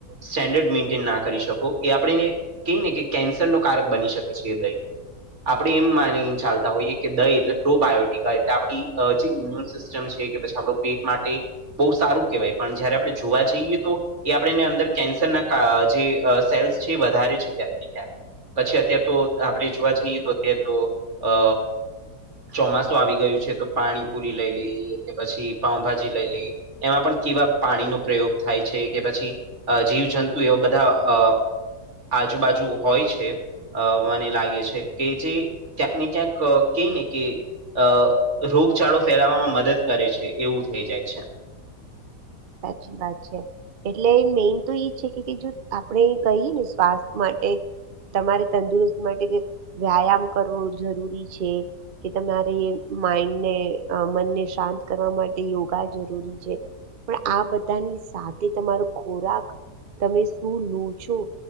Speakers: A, on the right; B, on the right.
A: સ્ટેન્ડર્ડ મેન્ટેન ના કરી શકો એ આપણેને કહી ને કે કેન્સર ન કારક બની શકે છે દહી આપણે એમ માની ચાલતા હોઈએ કે દહી એટલે પ્રોબાયોટીિકય એટલે આપ જે ઇમ્યુન સિસ્ટમ <unintelligible> છે કે પછી આપડો પેટ માટે બહુ સારું કહેવાય પણ જયારે આપણે જોવા જઈએ તો એ આપણેને અંદર કેન્સર ના જે સેલ્સ છે એ વધારે છે ક્યાંક ને ક્યાંક પછી અત્યાર તો આપણે જોવા જઈએ તો અત્યારે તો અ ચોમાસું આવી ગયું છે તો પાણી પુરી લઈ લઈ કે પછી પાઉભાજી લઈ લઈ એમાં પણ કેવા પાણી નો પ્રયોગ થાય છે કે પછી અ જીવજંતુ એવા બધા અ આજુબાજુ હોય છે. અ મને લાગે છે કે જે ક્યાંક ને ક્યાંક કેઈ ને કે અ રોગચાળો ફેલાવવામાં મદદ કરે છે એવું થઈ જાય છે.
B: સાચી વાત છે. એટલે મેઈન તો એઈ છે કે જો આપણે કહીએ ને સ્વાસ્થ માટે તમારે તંદુરસ્તી માટે વ્યાયામ કરવો જરૂરી છે કે તમારે માઈન્ડને મનને શાંત કરવા માટે યોગા જરૂરી છે. પણ આ બધાની સાથે તમારો ખોરાક તમે શું લો છો